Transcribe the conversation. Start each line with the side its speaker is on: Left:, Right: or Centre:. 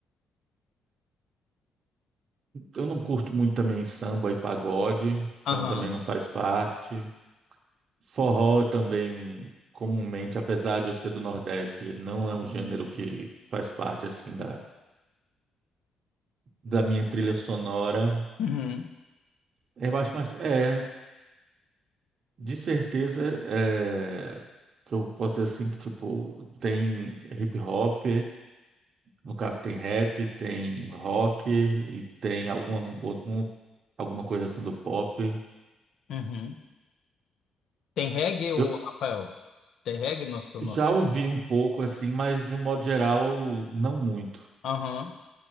Right: Eu não curto muito também samba e pagode,
Left: Aham.
Right: então também não faz parte. Forró também, comumente, apesar de eu ser do Nordeste, não é um gênero que faz parte assim da, da minha trilha sonora.
Left: Uhum,
Right: Eu acho mais. É. De certeza, é, que eu posso dizer assim que tipo tem hip hop, no caso tem rap, tem rock e tem alguma algum, alguma coisa assim do pop.
Left: uhum. Tem reggae, ô,
Right: Eu
Left: Rafael? Tem reggae no seu...
Right: já
Left: no seu-
Right: ouvi um pouco assim, mas de um modo geral não muito.
Left: Aham.